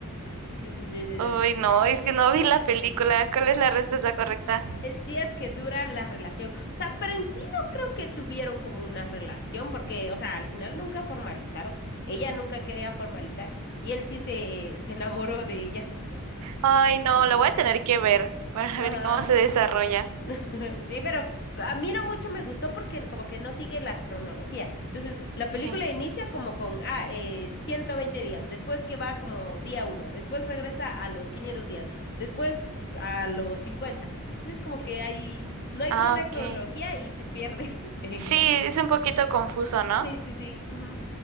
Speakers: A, on the left (about 50°); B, on the right (about 80°).
A: No, no, no, no,
B: Ay,
A: no.
B: no, es que no vi la película. ¿Cuál es la respuesta correcta?
A: Es días que dura la relación. O sea, pero en sí no creo que tuvieron como una relación, porque, o sea, al final nunca formalizaron. Ella nunca quería formalizar y él sí se, se enamoró de ella. <laughs>
B: Ay, no,
A: Mm,
B: lo voy a tener
A: estuvo
B: que ver
A: difícil.
B: para
A: Ajá.
B: ver cómo se desarrolla.
A: <laughs> Sí, pero a mí no mucho me gustó porque como que no sigue la cronología. Entonces, la película
B: Sí.
A: inicia como con, ah, eh, 120 días, después que va como día uno, después regresa a los 500 días, después a los 50. Entonces, como que hay, no hay
B: Ah,
A: como una
B: ok.
A: cronología y te pierdes <laughs> en
B: Sí,
A: la
B: es
A: película.
B: un poquito confuso, ¿no?
A: Sí, sí, sí. ujú.